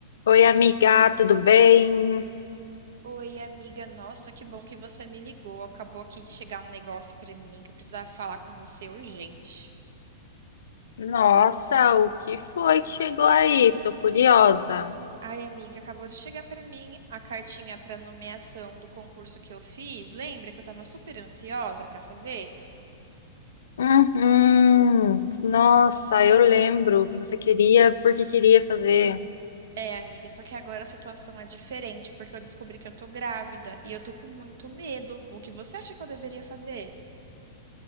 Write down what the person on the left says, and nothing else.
Oi, amiga, tudo bem?
Nossa, o que foi que chegou aí? Tô curiosa.
Uhum. Nossa, eu lembro que você queria, porque queria fazer.